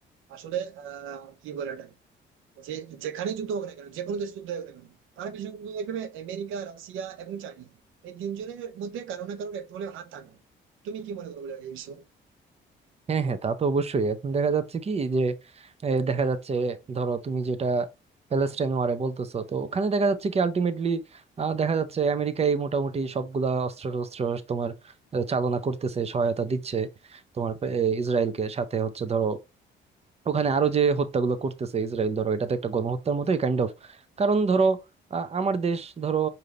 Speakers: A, on the right (about 85°); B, on the right (about 30°).
A: আসলে আহ কি বলে এটা যে যেখানে যুদ্ধ হোক না কেন যে কোনো দেশে যুদ্ধ হোক না কেন তার পিছনে তুমি দেখবে আমেরিকা রাশিয়া এবং চাইনা এই তিনজনের মধ্যে কারো না কারোর একটু হলেও হাত থাকবে তুমি কি মনে করো বলো এই বিষয়ে
B: হ্যাঁ হ্যাঁ তা তো অবশ্যই এখন দেখা যাচ্ছে কি যে এ, দেখা যাচ্ছে ধরো তুমি যেটা প্যালেস্টাইন ওয়ারে বলতেছো তো ওখানে দেখা যাচ্ছে কি আলটিমেটলি দেখা যাচ্ছে আমেরিকাই মোটামুটি সবগুলা অস্ত্র টস্ত্র তোমার আহ, চালনা করতেছে সহায়তা দিচ্ছে তোমার আহ, ইসরায়েলকে সাথে হচ্ছে ধরো ওখানে আরো যে হত্যাগুলো করতেছে ইসরায়েল ধরো এটা তো একটা গণহত্যার মতোই কাইন্ড অফ কারণ ধরো আ- আমার দেশ ধরো